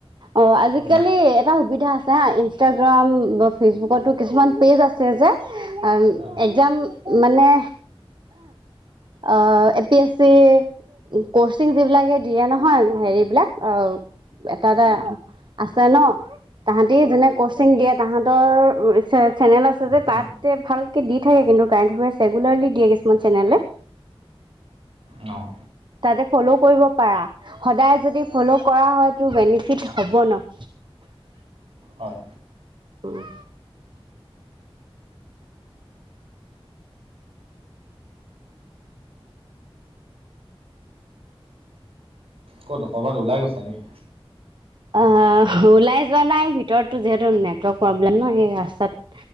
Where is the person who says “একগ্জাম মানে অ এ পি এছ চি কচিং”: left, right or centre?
Right